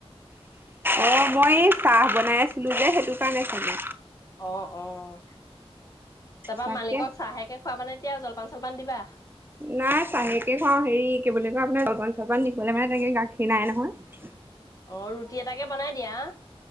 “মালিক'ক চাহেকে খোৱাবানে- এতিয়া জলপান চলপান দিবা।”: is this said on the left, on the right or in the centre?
Left